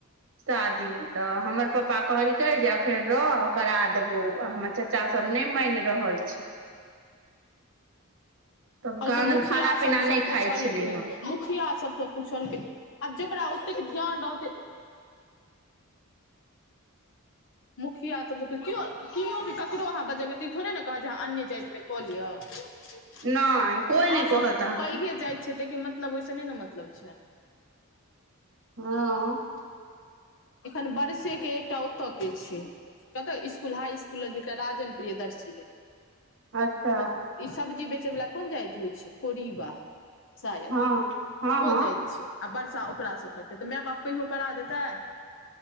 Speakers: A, on the right; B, on the left.
A: शादी तऽ हमर पापा कहल े जे अखन रह करा देबौ आ हमर चाचा सब नहि मानि रहल छै तब
B: कहलकै
A: कहादन
B: मुखिया
A: खाना पीना
B: सबसँ
A: नहि
B: पूछलकै
A: खाइ छलै हन
B: ठिया सबसे पुछलकै जकरा ओतेक ध्यान रहतै मुखिया सभके केओ केओ भी ककरो अहाँ बजबै तऽ ई थोड़े ने कहत जे अहाँ अन्य जातिमे कऽ लिअ अहाँसभ
A: नहि कोइ नहि कहत अहाँके
B: पैघे जाइत छियै ताहिके मतलब ओहिस नहि ने मतलब छै
A: हँ
B: एखन बरसेके एकटा ओतऽ के छै कतय school high school Rajan Priyadarshi रहे
A: अच्छा
B: ओ ई सब्जी बेचे वला कोन जाात होइ छै कुरीबा शायद
A: हँ हँ
B: ओ
A: हँ
B: जाइत छै आ वर्षा ओकरासँ करतै तऽ माय बाप कहियो करा देतै